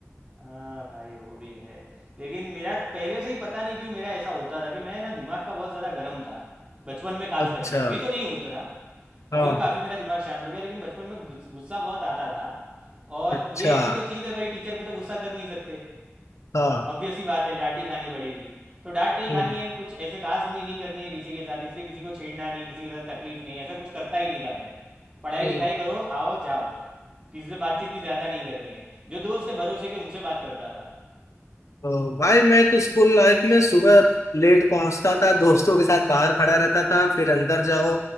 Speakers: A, on the right; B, on the left.
A: हाँ भाई वो भी है लेकिन मेरा पहले से ही पता नहीं क्यों मेरा ऐसा होता था कि मैं ना दिमाग का बहुत ज़्यादा गर्म था बचपन में खास
B: अच्छा
A: करके अभी तो नहीं उतना
B: हाँ
A: अभी तो काफ़ी मेरा दिमाग शांत हो गया लेकिन बचपन में गुस- गुस्सा बहुत आता था और
B: अच्छा
A: ये ऐसी तो चीज़ है भाई टीचर पे तो गुस्सा कर नहीं सकते
B: हाँ
A: ऑब्वियस ही बात है डांट ही खानी पड़ेगी तो डांट नहीं खानी
B: हम्म
A: है कुछ ऐसे कहा सुनी नहीं करनी है किसी के साथ इसलिए किसी को छेड़ना नहीं किसी के साथ तकलीफ नहीं ऐसा कुछ करता ही नहीं था मैं पढ़ाई
B: हम्म।
A: लिखाई करो आओ जाओ किसी से बातचीत भी ज़्यादा नहीं करनी है जो दोस्त है भरोसे के उनसे बात करता था
B: तो भाई मैं तो स्कूल लाइफ में सुबह लेट पहुंचता था दोस्तों के साथ बाहर खड़ा रहता था फिर अंदर जाओ